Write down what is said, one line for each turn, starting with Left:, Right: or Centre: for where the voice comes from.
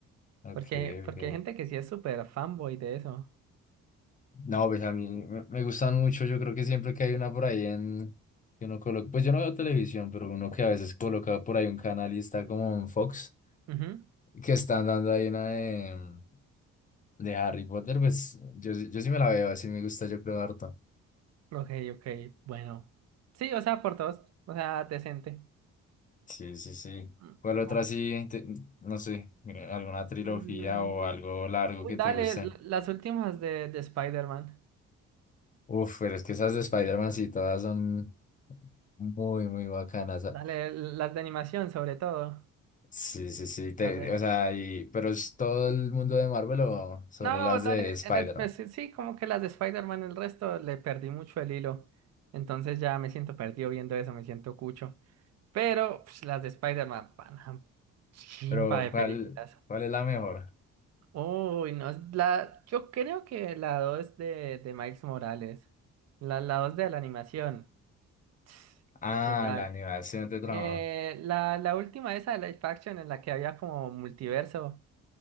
Left: Ok,
Right: Porque, porque
Left: ok.
Right: hay gente que sí es súper fanboy de eso.
Left: No, pues a mí me me gustan mucho. Yo creo que siempre que hay una por ahí en... que uno coloca... Pues yo no veo televisión, pero uno que a veces coloca por ahí un canal y está como en Fox,
Right: Ujú.
Left: que están dando ahí una de, mm, de Harry Potter, pues yo, sí- yo sí me la veo, así me gusta, yo creo harto.
Right: Ok, ok, bueno. Sí, o sea, por dos. O sea, decente.
Left: Sí, sí, sí.
Right: Mm,
Left: ¿Cuál otra
Right: Bueno.
Left: sí? te- no sé, eh, alguna trilogía
Right: Mm,
Left: o algo largo
Right: Uy,
Left: que
Right: dale,
Left: te guste?
Right: l- las últimas de, de Spider-Man.
Left: Uf, pero es que esas de Spider-Man sí todas son muy, muy bacanas. ah.
Right: Dale, las de animación sobre todo.
Left: Sí, sí, sí. te-
Right: Las de...
Left: o sea, y, pero ¿es todo el mundo de Marvel o solo
Right: No,
Left: las
Right: dale,
Left: de Spider-Man?
Right: en especial, sí, sí, como que las de Spider-Man, el resto le perdí mucho el hilo. Entonces ya me siento perdido viendo eso, me siento cucho. Pero pues, las de Spider-Man, pana, chimpa
Left: Pero
Right: de
Left: ¿cuál,
Right: películas.
Left: cuál es la mejor?
Right: Uy, no, es la, yo creo que la 2 de, de Miles Morales. La, la 2 de la animación. <tsk>
Left: Ah,
Right: Total.
Left: la animación de trama.
Right: Eh, la, la última esa de Life Action en la que había como multiverso.